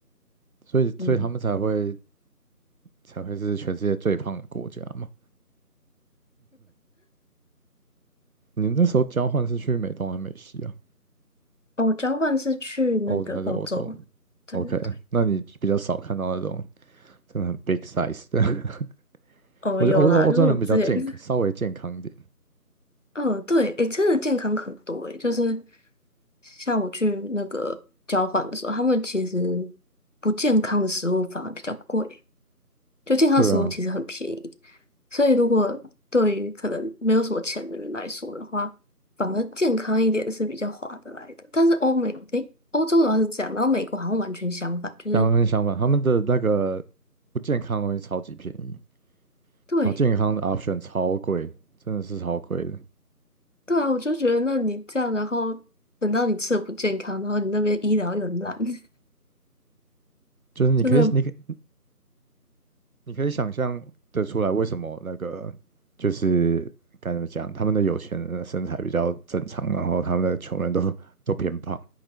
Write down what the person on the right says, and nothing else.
所以所以他们才会
才会是全世界最胖的国家嘛。你那时候交换是去美东还是美西啊？
欧还是欧洲
？OK，那你比较少看到那种真的很 big size 的。<laughs>
我觉得欧洲欧洲人比较健康，
稍微健康一点。
对啊，
两个人相反，他们的那个不健康的东西超级便宜。
然后健康的 option 超贵，真的是超贵的。
就是你可以，
你可以你可以想象得出来，为什么那个就是该怎么讲，他们的有钱人的身材比较正常，然后他们的穷人都都偏胖。